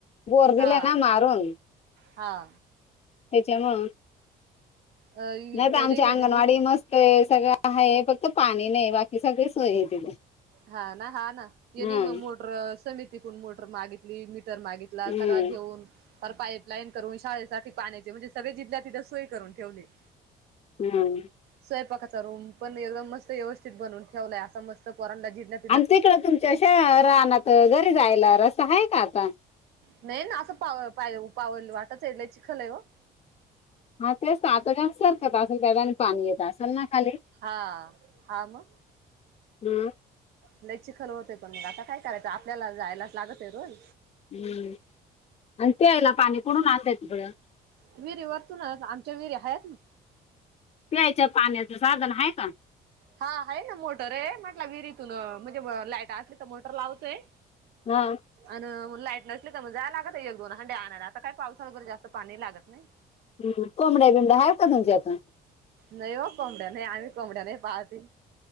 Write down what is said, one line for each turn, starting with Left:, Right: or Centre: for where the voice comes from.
Left: बोर
Right: हा
Left: दिलं ना मारून
Right: हा
Left: त्याच्यामुळ.
Right: अ
Left: नाही त
Right: पहिले
Left: आमची
Right: हे
Left: अंगणवाडी
Right: दिली
Left: मस्त आहे सगळं आहे फक्त पाणी नाही बाकी सगळी सोय आहे तिथे.
Right: हा ना हा ना यांनी
Left: हम्म
Right: मग मोटर समितीकून मोटर मागितली मीटर मागितला
Left: हम्म
Right: सगळा घेऊन पार पाईपलाईन करून शाळेसाठी पाण्याचे म्हणजे सगळे जिथल्या तिथे सोय करून ठेवली. <inaudible>
Left: हम्म.
Right: स्वयपाकाचा रूम पण एकदम मस्त व्यवस्थित बनवून ठेवलाय असा मस्त पोरांला झिण्या
Left: आणि तिकडं तुमच्या अशा राहनात घरी जायला रस्ता आहे का आता?
Right: नाही ना असं पाव पाव पाऊल वाटचय लय चिखलय आहे ओ.
Left: हा तेच आता जास्त सरकत असेल त्या आणि पाणी येत असेल ना खाली.
Right: हा हा मग.
Left: हम्म.
Right: लय चिखल होतेय त मग आता काय करायचं आपल्याला जायलाच लागते रोज.
Left: हम्म आणि प्यायला पाणी कुडुन आणत्यात तीकडं?
Right: विहिरी वरतूनच आमच्या विहिरी आहेत ना.
Left: प्यायच्या पाण्याच साधन हाय का?
Right: हा हाय ना मोटर य म्हटला विहिरीतून म्हणजे लायट असली तर मोटर लावतोय.
Left: हा.
Right: अन लाईट नसली तर म जायला लागत एक दोन हंडे आणायला आता काय पाऊस <unintelligible> जास्त पाणी लागत नाही.
Left: हम्म. कोंबड्या बिंबड्या आहेत का तुमच्याकडं
Right: नाही हो कोंबड्या नाही आम्ही कोंबड्या नाही पाळती.